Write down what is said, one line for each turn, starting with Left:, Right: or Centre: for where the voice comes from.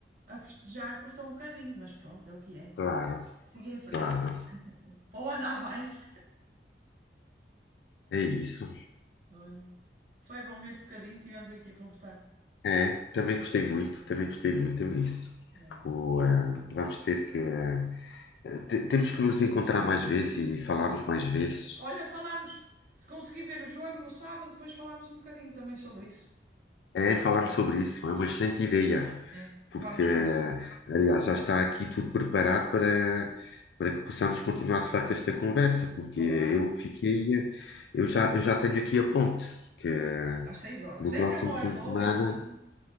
Right: a festejar, custa um bocadinho, mas pronto, é o que é.
Left: Claro,
Right: Siga em frente,
Left: claro.
Right: para o ano há mais.
Left: É isso.
Right: Olha, foi bom este bocadinho que tivemos aqui a conversar.
Left: É, também gostei muito, também gostei muito nisso.
Right: É.
Left: O, eh, vamos ter que. eh, te- temos que nos encontrar mais vezes e
Right: Sim.
Left: falarmos mais vezes.
Right: Olha, falámos, se conseguir ver o jogo no sábado, depois falámos um bocadinho também sobre isso.
Left: É,
Right: Como é
Left: falarmos
Right: que foi?
Left: sobre isso, é uma excelente ideia,
Right: É.
Left: porque,
Right: E vamos a ver se.
Left: aliás, já está aqui tudo preparado para, para que possamos continuar de facto esta conversa, porque
Right: Claro,
Left: eu fiquei, eu já, eu já tenho aqui a ponte, que,
Right: é isso. Às seis horas.
Left: que no
Right: É
Left: próximo
Right: até uma hora
Left: fim
Right: boa,
Left: de semana
Right: é cedinho.